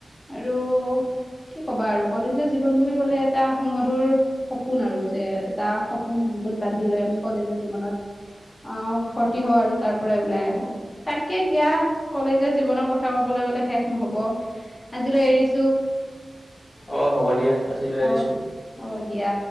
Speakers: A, on the left (about 30°); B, on the left (about 75°).
A: আৰু কি ক'বা আৰু? কলেজৰ জীৱন বুলি ক'লে এটা সুমধুৰ সপোন আৰু যে। তটা সপোন বুকুত বান্ধি। লৈ আমি কলেজীয়া। মনত অ ফৰ্তি হ আৰু তাৰ পৰাই ওলাই আহো। তাকে দিয়া কলেজৰ জীৱনত। কথা কবলৈ গলে শেষ নহব আজিলৈ এৰিছো।
B: অহ হ'ব দিয়া আজিলৈ
A: অ
B: এৰিছোঁ।
A: অ দিয়া